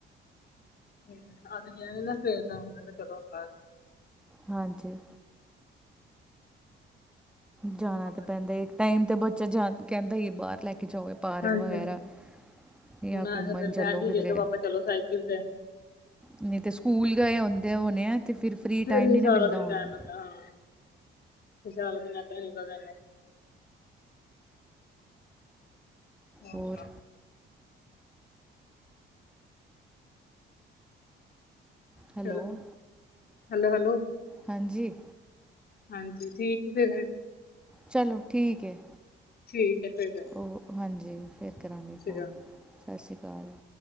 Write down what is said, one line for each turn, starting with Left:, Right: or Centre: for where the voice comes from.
Left: <inaudible>
Centre: ਹਾਂਜੀ। ਜਾਣਾ
Left: ਹੋਰ
Centre: ਤਾਂ ਪੈਂਦਾ ਇੱਕ ਟਾਈਮ ਤੇ ਬੱਚਾ ਜਾ ਕਹਿੰਦਾ ਹਿ ਏ ਬਾਹਰ ਲੈ ਕੇ ਜਾੳ ਪਾਰਕ
Left: ਹਾਂਜੀ
Centre: ਵਗੈਰਾ
Left: ਹਾਂਜੀ
Centre: ਜਾਂ
Left: ਹੁਣ ਆ
Centre: ਘੁੰਮਣ
Left: ਫਿਰ
Centre: ਚੱਲੋ
Left: ਠਹਿਰ ਕੇ
Centre: ਕਿਧਰੇ
Left: ਗਏ ਪਾਪਾ ਚਲੋ ਸਾਇਕਲ ਤੇ
Centre: ਨਹੀਂ ਤੇ ਸਕੂਲ ਗਏ ਆਉਂਦੇ ਹੋਣੇ ਆ। ਤੇ ਫਿਰ ਫਰੀ ਟਾਈਮ
Left: ਨੀ
Centre: ਨਿ ਨਾ
Left: ਸਾਰਾ
Centre: ਮਿਲਦਾ
Left: ਦਿਨ
Centre: ਹੋਣਾ।
Left: ਟਾਈਮ ਲੱਗਦਾ ਹਾਂ, ਫਿਰ ਸਾਰਾ ਦਿਨ ਏਦਾਂ ਹੀ ਨਿਕਲ ਜਾਂਦਾ ਹੋ
Centre: ਹੋਰ
Left: ਚ
Centre: ਹੈਲੋ
Left: ਚਲੋ ਹੈਲੋ ਹੈਲੋ
Centre: ਹਾਂਜੀ
Left: ਹਾਂਜੀ ਠੀਕ ਫਿਰ।
Centre: ਚਲੋ ਠੀਕ ਹੈ।
Left: ਠੀਕ ਫੇਰ।
Centre: ਉਹ ਹਾਂਜੀ ਫੇਰ ਕਰਾਂਗੀ ਫੋਨ
Left: ਅਕਾਲ
Centre: ਸਤਿ ਸ਼੍ਰੀ ਅਕਾਲ।